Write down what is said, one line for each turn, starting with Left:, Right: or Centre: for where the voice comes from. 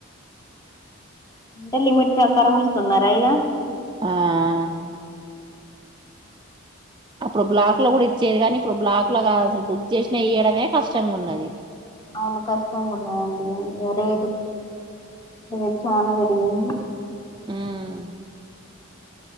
Left: అంటే లిమిట్ ప్రకారం ఇస్తున్నార. ఇగ
Right: ఆహ్ అప్పుడు బ్లాక్ లో కూడా ఇచ్చేది గానీ. ఇప్ ఇప్పుడు బ్లాక్లో కాదసలు
Left: అవును
Right: బుక్ చేస్ చేయడమే కష్టంగా ఉన్నది.
Left: అవును కష్టంగా ఉన్నదండి. ఇగ రేటు, ఇగా చానా పెరిగింది.
Right: ఉమ్